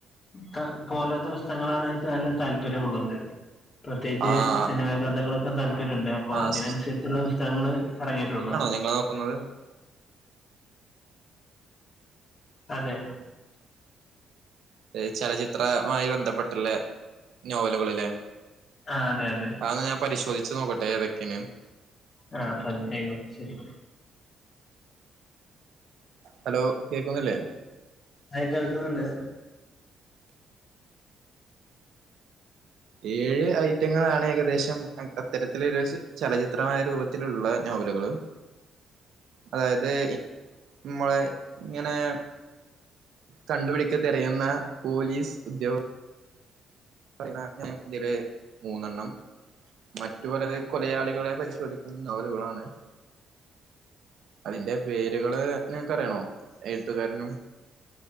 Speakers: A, on the left (about 40°); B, on the right (about 70°).
A: ത്ത പോലാത്ത പുസ്തകങ്ങളാണ് എനിക്ക് നല്ല താല്പര്യമുള്ളത് പ്രത്യേകിച്ച്
B: ആഹ്
A: സിനിമ കഥകളൊക്കെ താല്പര്യംണ്ട് അപ്പൊ
B: ആഹ്
A: അതിനനുസരിച്ചുള്ള പുസ്തകങ്ങള് ഇറങ്ങിയിട്ടുണ്ടോ
B: നിങ്ങള് നോക്കുന്നത്
A: അതെ
B: ഏഹ് ചലച്ചിത്രമായി ബന്ധപ്പെട്ട്ള്ള നോവലുകള്ലെ
A: ആഹ് അതെ അതെ
B: അത് ഞാൻ ന്ന് പരിശോധിച്ചു നോക്കട്ടെ ഏതൊക്കെയാണ്ന്ന്
A: ആഹ് <unintelligible> ആയിനു ശരി
B: ഹലോ കേക്കുന്നില്ലേ
A: ആയി കേൾക്കുന്നുണ്ട്
B: ഏഴ് ഐറ്റങ്ങളാണ് ഏകദേശം കണ്ടത് ഇത്തരത്തിലൊരു ച ചലച്ചിത്രമായ രൂപത്തിലുള്ള നോവല് കള് അതായത് ഇ മ്മള് ഇങ്ങനെ കണ്ടുപിടിക്ക തെരയുന്ന പോലീസ് ഉദ്യോഗ <inaudible> മൂന്നെണ്ണം മറ്റുപലരെ കൊലയാളികളെ പരിശോധിക്കുന്ന നോവലുകളാണ് അതിന്റെ പേരുകള് നിനക്കറിയണോ എഴുത്തുകാരനും